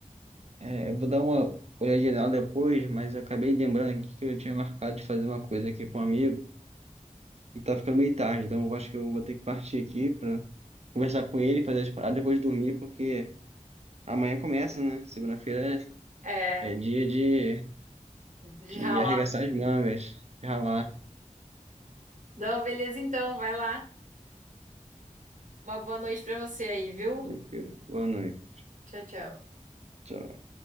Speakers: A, on the right; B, on the right.
A: é, eu vou dar uma olhada geral depois, mas eu acabei lembrando aqui que eu tinha marcado de fazer uma coisa aqui com um amigo e tá ficando meio tarde, então eu acho que eu vou ter que partir aqui pra conversar com ele, fazer as paradas, depois dormir, porque amanhã começa, né? Segunda-feira
B: É,
A: é, é dia de,
B: <laughs> de
A: de
B: ralar.
A: arregaçar as mangas, de ralar.
B: Não, beleza então, vai lá. Uma boa noite pra você aí, viu?
A: Tranquilo. Boa noite.
B: Tchau, tchau.
A: Tchau.